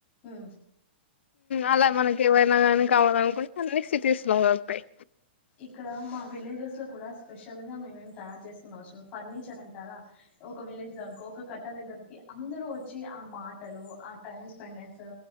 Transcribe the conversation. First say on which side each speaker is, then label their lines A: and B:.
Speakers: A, on the left; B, on the left.
A: ఉ
B: అలా మనకి ఏవైనా కానీ కావాల అనుకుంటే అన్నీ సిటీస్లో దొరుకుతాయి
A: ఇక్కడ మా విలేజెస్ లో కూడా స్పెషల్ గా మేమేం తయారు చేసుకున్నావచ్చు ఫర్నిచర్ అంటారా ఒక విలేజ్ వరకు ఒక కట్ట దగ్గరకి అందరు వచ్చి ఆ మాటలు ఆ టైమ్ స్పెండ్ చేస్త